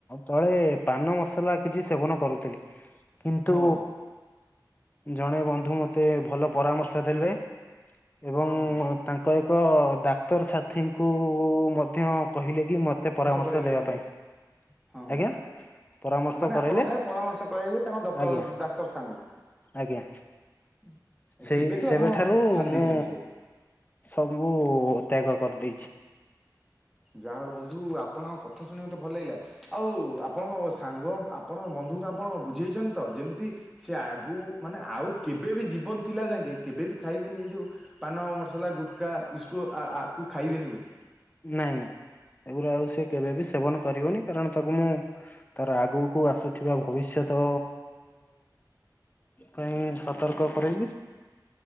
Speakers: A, on the left (about 25°); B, in the centre.
A: ତଳେ ପାନ ମସଲା କିଛି ସେବନ କରୁଥିଲି। କିନ୍ତୁ
B: ହଁ ବନ୍ଧୁ।
A: ଜଣେ ବନ୍ଧୁ ମୋତେ ଭଲ ପରାମର୍ଶ ଦେଲେ। ଏବଂ
B: ହଁ ବନ୍ଧୁ
A: ତାଙ୍କ ଏକ ଡାକ୍ତର ସାଥୀଙ୍କୁ ମଧ୍ୟ କହିଲେ କି ମୋତେ ପରାମର୍ଶ
B: କରେଇଲେ
A: ଦେବା
B: ଆପଣଙ୍କୁ
A: ପାଇଁ।
B: ହଁ ବନ୍ଧୁ।
A: ଆଜ୍ଞା ପରାମର୍ଶ
B: ମାନେ
A: କରାଇଲେ
B: ଆପଣଙ୍କ ସାଙ୍ଗେ ପରାମର୍ଶ କରେଇଲେ ତାଙ୍କ ଡକ୍ଟର
A: ଆଜ୍ଞା
B: ଡାକ୍ତର ସାଙ୍ଗକୁ।
A: ଆଜ୍ଞା ସେଇ
B: ସେବେଠୁ
A: ସେବେଠାରୁ
B: ଆପଣ ଛାଡି
A: ମୁଁ
B: ଦେଇଛନ୍ତି ସବୁ।
A: ସବୁ ତ୍ୟାଗ କରିଦେଇଛି।
B: ଯାହା ହଉ ବନ୍ଧୁ ଆପଣଙ୍କ କଥା ଶୁଣ ମତେ ଭଲ ଲାଗିଲା। ଆଉ ଆପଣଙ୍କ ସାଙ୍ଗ ଆପଣଙ୍କ ବ ନ୍ଧୁଙ୍କୁ ଆପଣ ବୁଝେଇଛନ୍ତି ତ ଯେମିତି ସେ ଆଗୁ ମାନେ ଆଉ କେବେ ବି ଜୀବନ ଥିଲା ଯାଙ୍କେ କେବେ ବି ଖାଇବେନି ଏ ଯେଉଁ ପାନ ମସଲା ଗୁଟକା ଇସ୍କୁ ଆ ଆ ଆକୁ ଖାଇବେନି ବୋଲି।
A: ନାଇଁ ନାଇଁ ଏଗୁରା ଆଉ ସେ କେବେ ବି ସେବନ କରିବନି କାରଣ ତାକୁ ମୁଁ ତାର ଆଗକୁ ଆସୁଥିବା ଭବିଷ୍ୟତ ପାଇଁ ସତର୍କ କରାଇବି।